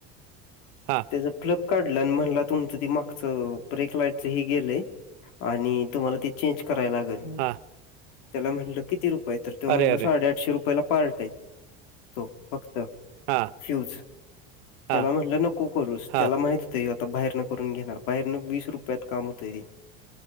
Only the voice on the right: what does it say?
हा
हां
अरे
अरे
हा
हा
हा